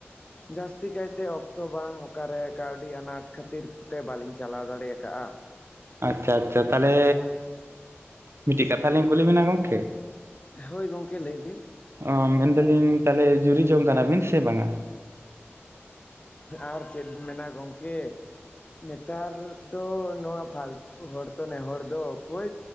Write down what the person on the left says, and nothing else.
ᱡᱟᱹᱥᱛᱤ ᱠᱟᱭᱛᱮ ᱛᱚ ᱵᱟᱝ ᱚᱠᱟᱨᱮ ᱠᱟᱹᱣᱰᱤ ᱟᱱᱟᱴ ᱠᱷᱟᱹᱛᱤᱨ ᱛᱮ ᱵᱟᱞᱤᱧ ᱪᱟᱞᱟᱣ ᱫᱟᱲᱮ ᱟᱠᱟᱜᱼᱟ।
ᱦᱳᱭ ᱜᱚᱢᱠᱮ ᱞᱟᱹᱭ ᱵᱤᱱ
ᱟᱨ ᱪᱮᱫ ᱢᱮᱱᱟ ᱜᱚᱢᱠᱮ ᱱᱮᱛᱟᱨ ᱫᱚ ᱱᱚᱣᱟ ᱯᱷᱟᱞᱛᱩ ᱦᱚᱲ ᱛᱚ ᱱᱮᱦᱚᱲ ᱫᱚ ᱚᱠᱚᱭ।